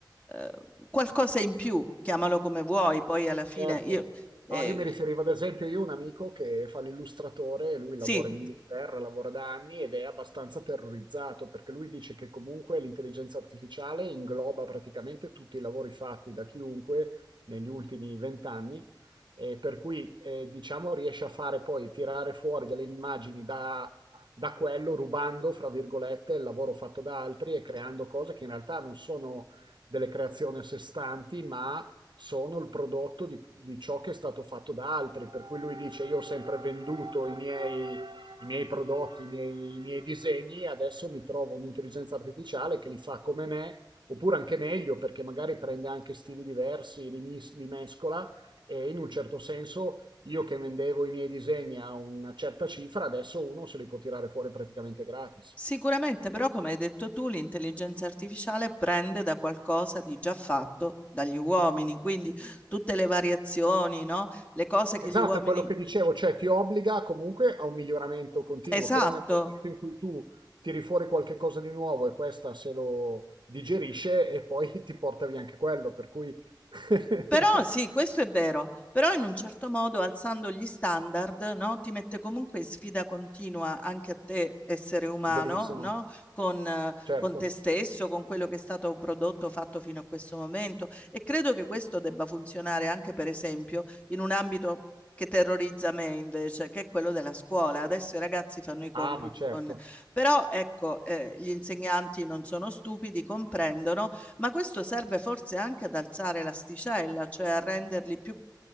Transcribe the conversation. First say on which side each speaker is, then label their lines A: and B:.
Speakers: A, on the left; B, on the right.
A: eh, qualcosa in più, chiamalo come vuoi, poi alla fine
B: Certo.
A: io eh,
B: No, io mi riferivo ad esempio, io ho un amico che fa l'illustratore, lui
A: sì,
B: lavora in Inghilterra, lavora da anni ed è abbastanza terrorizzato perché lui dice che comunque l'intelligenza artificiale ingloba praticamente tutti i lavori fatti da chiunque negli ultimi vent'anni e per cui eh, diciamo riesce a fare poi tirare fuori delle immagini da, da quello rubando, fra virgolette, il lavoro fatto da altri e creando cose che in realtà non sono delle creazioni a sé stanti, ma sono il prodotto di, di ciò che è stato fatto da altri, per cui lui dice io ho sempre venduto i miei, i miei prodotti, i miei, i miei disegni e adesso mi trovo un'intelligenza artificiale che li fa come me, oppure anche meglio perché magari prende anche stili diversi, li, mis- li mescola e in un certo senso io che vendevo i miei disegni a una certa cifra, adesso uno se li può tirare fuori praticamente gratis.
A: sicuramente, però come hai detto tu, l'intelligenza artificiale prende da qualcosa di già fatto dagli uomini, quindi tutte le variazioni, no? Le cose che
B: Esatto,
A: gli uomini
B: è quello che dicevo, cioè ti obbliga comunque a un miglioramento continuo,
A: Esatto,
B: però nel momento in cui tu tiri fuori qualche cosa di nuovo e questa se lo digerisce e poi <laughs> ti porta via anche quello, per cui <laughs>
A: Però sì, questo è vero, però in un certo modo alzando gli standard, no, ti mette comunque in sfida continua anche a te essere umano,
B: verissimo,
A: no? Con, eh,
B: certo.
A: con te stesso, con quello che è stato prodotto, fatto fino a questo momento. E credo che questo debba funzionare anche, per esempio, in un ambito che terrorizza me invece, che è quello della scuola. Adesso i ragazzi fanno i compiti
B: Ah, ma certo.
A: con... Però ecco, eh, gli insegnanti non sono stupidi, comprendono ma questo serve forse anche ad alzare l'asticella, cioè a renderli più,